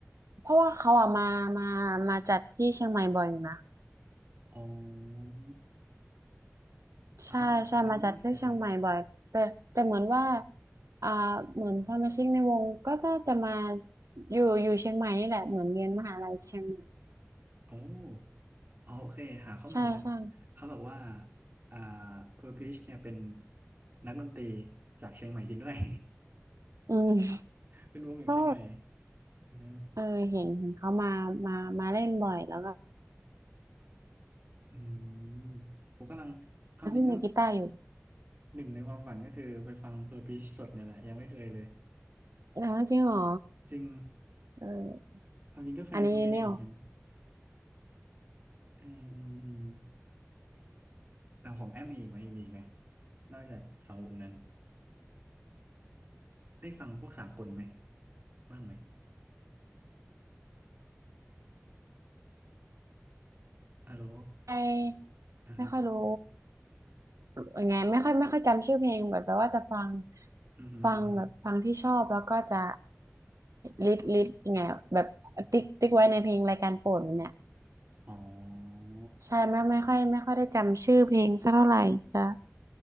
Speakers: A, on the right; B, on the right.
A: เพราะว่าเขาอะมามามาจัดที่เชียงใหม่บ่อยอยู่นะ
B: อ๋ออ๋ออันนี้ไม่มั่นใจเลย
A: ใช่ใช่มาจัดที่เชียงใหม่บ่อยแต่แต่เหมือนว่าอ่าเหมือนสมาชิกในวงก็น่าจะมาอยู่อยู่เชียงใหม่นี่แหละเหมือนเรียนมหาลัยเชียงใหม่
B: โอ้อ๋อโอเคหาข้อมูลแล้ว
A: ใช่ใช่
B: เขาบอกว่า อ่า Purplish เนี่ยเป็นนักดนตรีจากเชียงใหม่จริงด้วย
A: อืม
B: <laughs> เป็นวงจากเชียงใหม่
A: ก็
B: อ่า
A: เออเห็นเห็นเขามามามาเล่นบ่อยแล้วก็
B: อืมผมกำลังความจริงก็
A: พี่มือกีตาร์อยู่
B: หนึ่งในความฝันก็คือไปฟัง Purpose สดเนี่ยแหละยังไม่เคยเลย
A: แล้วจริงเหรอ
B: จริง
A: เออ
B: ความจริงก็แฟน
A: อันนี้เนี่ย
B: Purpose เหมือนกันอืมอืมอืมเลาของแอมมีอีกไหมมีอีกไหมนอกจากสองวงนั้นได้ฟังพวกสากลไหมบ้างไหมอะโหล
A: ไม่
B: อ่าฮะ
A: ไม่ค่อยรู้ ยังไงไม่ค่อยไม่ค่อยจำชื่อเพลงแบบแต่ว่าจะฟัง
B: อืมฮึอืมฮึ
A: ฟังแบบฟังที่ชอบแล้วก็จะลิดลิดยังไงแบบติ๊กติ๊กไว้ในเพลงรายการโปรดมันเนี่ย
B: อ๋อ
A: ใช่ไม่ไม่ค่อยไม่ค่อยได้จำชื่อเพลงสักเท่าไหร่จะ